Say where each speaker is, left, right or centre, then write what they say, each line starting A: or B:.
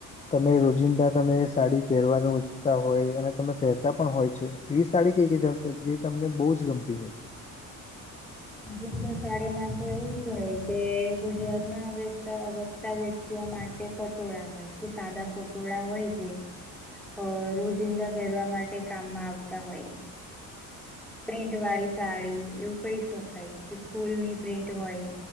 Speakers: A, on the left; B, in the centre.
A: તમે રોજિંદા તમે સાડી પહેરવાનું હોય અને તમે પહેરતા પણ હોય છે એવી સાડી કઈ કે જે તમને બહુ જ ગમતી હોય
B: જબાાળીમાં તો એવું છે કે ગુજરાતમાં બેસ્તા વ્યક્તિઓ માટે પટોળા હોય કે સાદા પટોળા હોય જે અ રોજિંદા પહેરવા માટે કામમાં આવતા હોય પ્રિન્ટ વાળી સાડી એવું કહી શકાય કે ફૂલ ની પ્રિન્ટ હોય